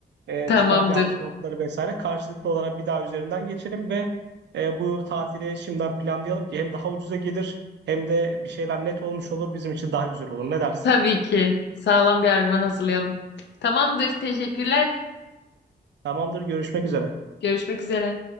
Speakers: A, on the right (about 85°); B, on the left (about 80°).
A: E,
B: Tamamdır.
A: çıkaracağımız notları vesaire karşılıklı olarak bir daha üzerinden geçelim ve e, bu tatili şimdiden planlayalım ki hem daha ucuza gelir hem de bir şeyler net olmuş olur bizim için daha güzel olur. Ne dersin?
B: Tabii ki. Sağlam bir argüman hazırlayalım. Tamamdır. Teşekkürler.
A: Tamamdır görüşmek üzere.
B: Görüşmek üzere.